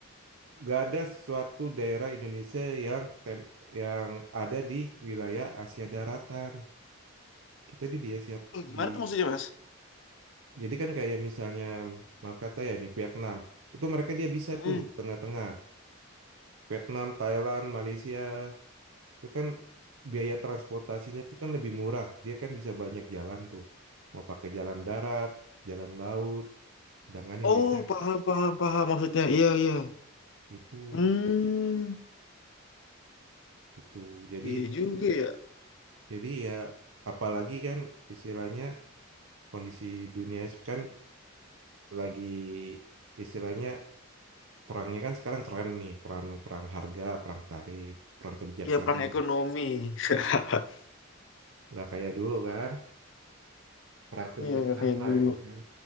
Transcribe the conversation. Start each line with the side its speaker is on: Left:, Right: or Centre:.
Right: nggak ada suatu daerah Indonesia yang tem- yang ada di wilayah Asia Daratan kita di dia siap
Left: Oh, gimana
Right: di
Left: tuh maksudnya mas
Right: jadi kan kayak misalnya maaf kata ya ini Vietnam itu mereka dia bisa
Left: Hmm.
Right: tuh di tengah-tengah Vietnam Thailand Malaysia itu kan biaya transportasinya itu kan lebih murah dia kan bisa banyak jalan tuh mau pakai jalan darat jalan laut sedangkan Indonesia
Left: oh paham paham paham maksudnya iya iya
Right: itu
Left: hmm
Right: itu jadi
Left: iya juga ya
Right: jadi ya apalagi kan istilahnya kondisi dunia kan lagi istilahnya perangnya kan sekarang keren nih perang perang harga perang tarif perang kebijaksanaan
Left: iya perang
Right: nggak
Left: ekonomi <laughs>
Right: nggak kayak dulu kan perang kebijaksanaan
Left: iya nggak kayak
Right: lah
Left: dulu
Right: ya kan